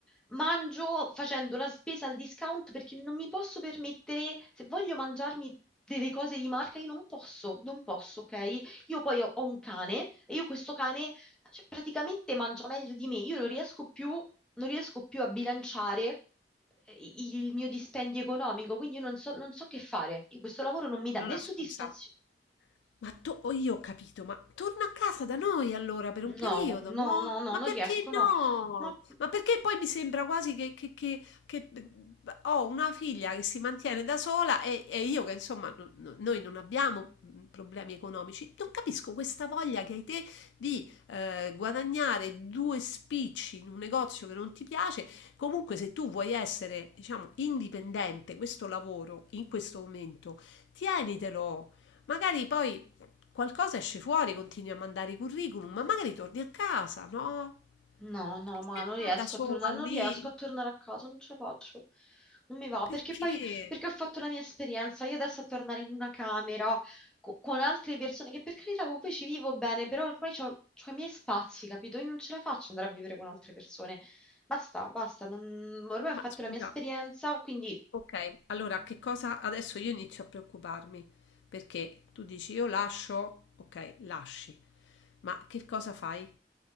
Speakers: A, in the centre; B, on the left.
A: Mangio facendo la spesa al discount perché non mi posso permettere, se voglio mangiarmi delle cose di marca, io non posso, non posso, ok? Io poi ho, ho un cane e io questo cane, cioè, praticamente mangia meglio di me, io non riesco più, non riesco più a bilanciare eh, i- il mio dispendio economico, quindi io non so, non so che fare. Io questo lavoro non mi dà
B: Allora
A: né soddisfazione
B: scusa. Ma to oh, io ho capito, ma torna a casa da noi allora per un periodo,
A: No, no,
B: no?
A: no, no,
B: Ma
A: non
B: perché
A: riesco, no.
B: no?
A: Ma
B: Ma perché poi mi sembra quasi che, che- che- che, eh, ho una figlia che si mantiene da sola e, e io che insomma no- no- noi non abbiamo mm, problemi economici. Non capisco questa voglia che hai te di eh, guadagnare due spicci in un negozio che non ti piace. Comunque se tu vuoi essere, diciamo, indipendente, questo lavoro in questo momento, tienitelo. Magari poi Qualcosa esce fuori, continui a mandare i curriculum, ma magari torni a casa, no?
A: no, no,
B: Che
A: ma
B: stai
A: non
B: a fare
A: riesco
B: da sola
A: a tornare,
B: lì?
A: non riesco a tornare a casa, non ce la faccio. Non mi va,
B: Perché?
A: perché poi, perché ho fatto la mia esperienza, io adesso a tornare in una camera co- con altre persone che per carità con voi ci vivo bene, però ormai ho i miei spazi, capito? Io non ce la faccio andare a vivere con altre persone. Basta, basta, non- ormai ho
B: Ma
A: fatto
B: scusa,
A: la mia esperienza, quindi
B: ok, allora che cosa adesso io inizio a preoccuparmi? Perché tu dici io lascio, ok, lasci, ma che cosa fai?